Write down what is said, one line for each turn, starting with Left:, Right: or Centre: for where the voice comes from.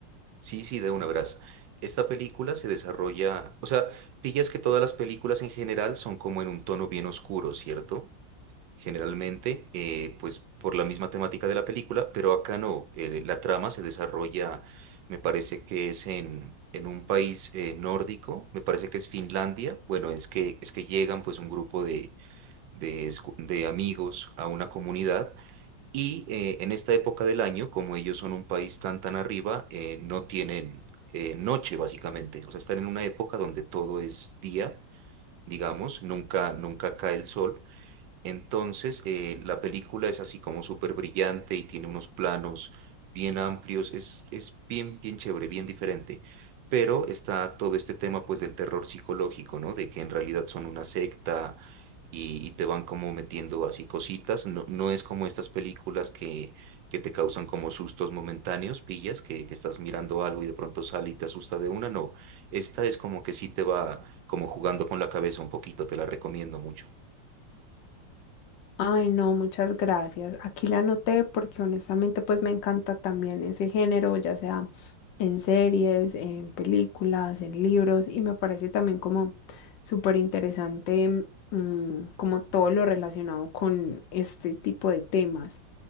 Right: Sí, sí, de una verás. Esta película se desarrolla, o sea, pillas que todas las películas en general son como en un tono bien oscuro, ¿cierto? Generalmente, eh, pues por la misma temática de la película, pero acá no. eh, la trama se desarrolla, me parece que es en, en un país eh, nórdico, me parece que es Finlandia. Bueno, es que, es que llegan pues un grupo de, de escu- de amigos a una comunidad y eh, en esta época del año, como ellos son un país tan tan arriba, eh, no tienen eh, noche básicamente. O sea, están en una época donde todo es día, digamos, nunca, nunca cae el sol. Entonces, eh, la película es así como súper brillante y tiene unos planos bien amplios, es, es bien, bien chévere, bien diferente. Pero está todo este tema pues del terror psicológico, ¿no? De que en realidad son una secta y, y te van como metiendo así cositas. No, no es como estas películas que, que te causan como sustos momentáneos, pillas, que, que estás mirando algo y de pronto sale y te asusta de una. No, esta es como que sí te va como jugando con la cabeza un poquito, te la recomiendo mucho.
Left: Ay, no, muchas gracias. Aquí la anoté porque honestamente pues me encanta también ese género, ya sea en series, en películas, en libros y me parece también como súper interesante mm, como todo lo relacionado con este tipo de temas.